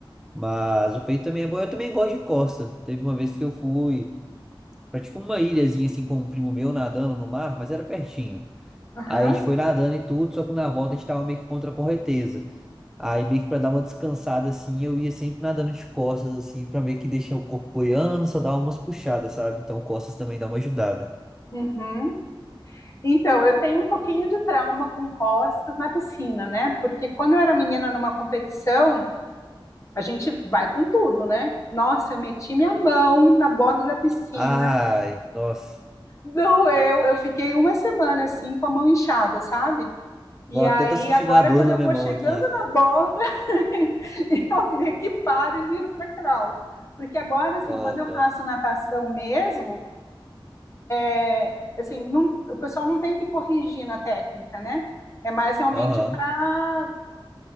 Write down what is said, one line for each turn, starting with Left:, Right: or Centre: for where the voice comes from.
Centre: Mas o peito também é bom. Eu também gosto de costa. Teve uma vez que eu fui pra tipo uma ilhazinha assim com um primo meu nadando no mar, mas era pertinho.
Left: Aham.
Centre: Aí a gente foi nadando e tudo, só que na volta a gente tava meio que contra a correnteza. Aí meio que pra dar uma descansada assim, eu ia sempre nadando de costas assim, pra meio que deixar o corpo boiando, só dar umas puxadas, sabe? Então costas também dá uma ajudada.
Left: Uhum. Então, eu tenho um pouquinho de trauma com costas na piscina, né? Porque quando eu era menina numa competição, a gente vai com tudo, né? Nossa, eu meti minha mão na borda da piscina,
Centre: Ai, nossa.
Left: doeu, eu fiquei uma semana assim com a mão inchada, sabe? E
Centre: Ó,
Left: aí,
Centre: até tô sentindo
Left: agora,
Centre: a dor
Left: quando
Centre: na
Left: eu
Centre: minha
Left: vou
Centre: mão
Left: chegando
Centre: aqui.
Left: na borda, <laughs> eu meio que paro e viro para crawl. Porque agora, assim,
Centre: Ah,
Left: quando eu
Centre: tá.
Left: faço natação mesmo, é, assim, não, o pessoal não tem que corrigir na técnica, né? É mais realmente
Centre: Aham.
Left: para